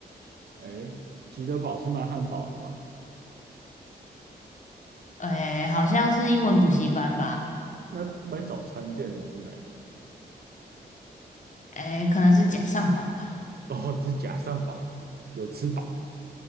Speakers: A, on the right; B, on the left.
A: 哎，吉德堡是卖汉堡的吗？
B: 哎，好像是英文补习班吧？
A: 那卖早餐店的是哪一个？
B: 哎，可能是假上饱吧？
A: 哦，是假上堡，有吃饱，